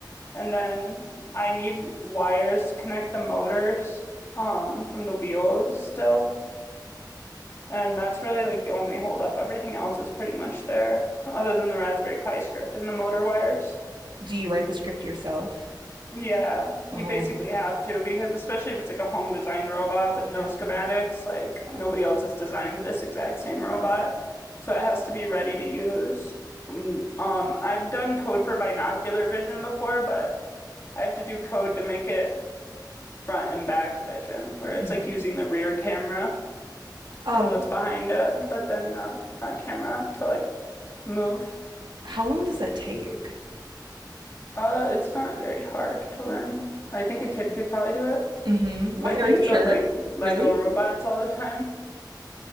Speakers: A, on the left; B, on the right.
A: And then I need wires to connect the motors um from the wheels still. And that's really like the only holdup. Everything else is pretty much there, other than the Raspberry Pi script and the motor wires.
B: Do you write the script yourself?
A: Yeah,
B: Oh.
A: you basically have to because especially if it's like a home designed robot with no
B: Yeah.
A: schematics, like
B: yeah.
A: nobody else has designed this exact same robot. So it has to be ready to use. Mm, Um, I've done code for binocular vision before, but I have to do code to make it front and back vision, where
B: Yeah.
A: it's like using the rear camera.
B: Um,
A: to know what's behind it, but then the front camera to like move.
B: how long does that take?
A: Uh, it's not very hard to learn. I think a kid could probably do it.
B: Mm-hmm.
A: My
B: What
A: kids
B: are you
A: build
B: sure?
A: like Lego
B: Really?
A: robots all the time.